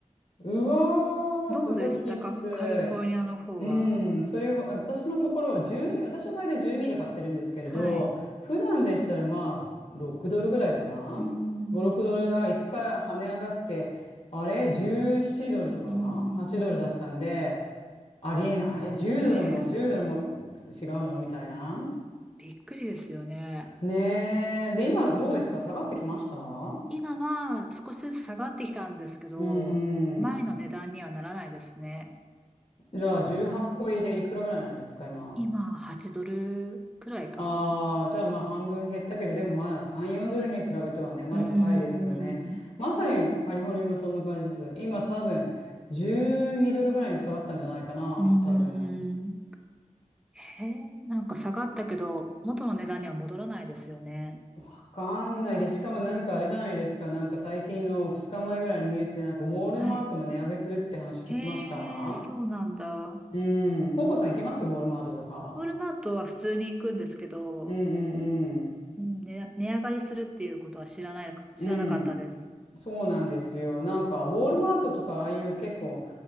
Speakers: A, on the left; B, in the centre.
A: うわー、
B: どうでしたかカリフォルニアの方は。
A: それはきつい。うん、それは、私のところは12、私は大体12で買ってるんですけれど、
B: はい。
A: 普段でしたらまあ6ドルぐらいかな。
B: うーん。
A: 5、6ドルが1回跳ね上がって、あれ、17ドルとか8ドルだったんで、
B: うーん。
A: ありえない ?10
B: <laughs>
A: ドルも10ドルも違うのみたいな。
B: びっくりですよね。
A: ねえ。で、今どうですか下がってきましたう
B: 今は少しずつ下がってきたんですけど、
A: んうん。
B: 前の値段にはならないですね。
A: じゃあ18個入りでいくらぐらいなんですか今。
B: 今、8ドルくらいかな。
A: ああ、じゃあまあ半分減ったけど、でもまだ3、4ドルに比べてはね、まだ高いですよね。
B: うーん。
A: まさにカリフォルニアもそんな感じです。今多分12ドルぐらいに下がったんじゃないかな、
B: うー
A: 多分。
B: ん。へえ、なんか下がったけど、元の値段には戻らないですよね。
A: わかんないで、しかもなんかあれじゃないですか、なんか最近の2日前ぐらいのニュースでなんかウォールマートも値上げするって話聞きました
B: はい。へえ、そうなんだ。
A: うん。ココさん行きますウォールマートとか。
B: ウォールマートは普通に行くんですけど、
A: うんうんうん。
B: うん、ね、値上がりするっていうことは知らないか、知らなかったです。
A: うん。そうなんですよ。なんか、ウォールマートとか、ああいう結構、